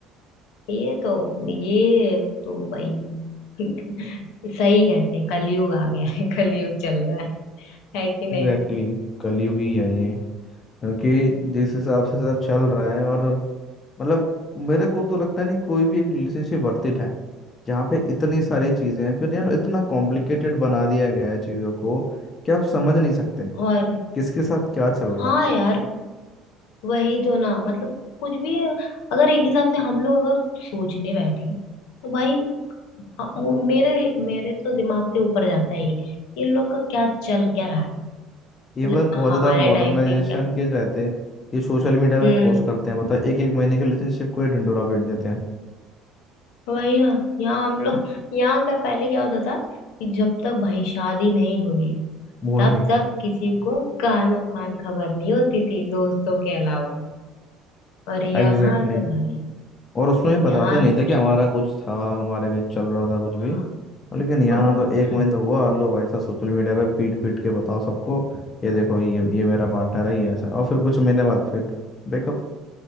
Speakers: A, on the left (about 70°); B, on the left (about 25°).
A: ये तो ये तो भाई <laughs> सही कहते हैं कलयुग आ गया है कलयुग चल रहा है है कि नहीं
B: एग्जैकली कलयुग ही है ये क्योंकि जिस हिसाब से सब चल रहा है और मतलब मेरे को तो लगता नहीं कोई भी एक रिलेशनशिप वर्थ इट है जहाँ पे इतनी सारी चीजें हैं फिर यार इतना कॉम्प्लिकेटेड बना दिया गया है चीजों को कि आप समझ नहीं सकते
A: और
B: किसके साथ क्या चल रहा
A: हाँ यार वही तो ना मतलब कुछ भी अगर एक हिसाब से हम लोग अगर सोचने बैठे तो भाई हाँ, वो मेरे मेरे तो दिमाग से ऊपर जाता है ये इन लोग का क्या चल क्या रहा है मतलब
B: है इवन बहुत
A: हमारे
B: ज्यादा मॉडर्नाइजेशन
A: टाइम पे क्या
B: के रहते हैं ये सोशल मीडिया
A: हम्म
B: पे पोस्ट करते हैं मतलब एक एक महीने के रिलेशनशिप को ये ढिंडोरा पीट देते हैं
A: वही ना यहाँ हम लोग यहाँ का पहले क्या होता था कि जब तक भाई शादी नहीं हुई है
B: वो
A: तब
B: है
A: तक किसी को कानो कान खबर नहीं होती थी दोस्तों के अलावा और यहाँ
B: एग्जैक्टली
A: तो भाई
B: और उसमें ये बताता
A: यहाँ
B: नहीं
A: सोच
B: था कि हमारा कुछ था हमारे बीच चल रहा था कुछ
A: हाँ
B: भी और लेकिन यहाँ
A: <laughs> हम्म,
B: तो एक महीना तो हुआ लो भाई साहब सोशल मीडिया पे पीट पीट के बताओ सबको ये देखो ये ये मेरा पार्टनर है ये ऐसा है। और फिर कुछ महीने बाद फिर ब्रेकअप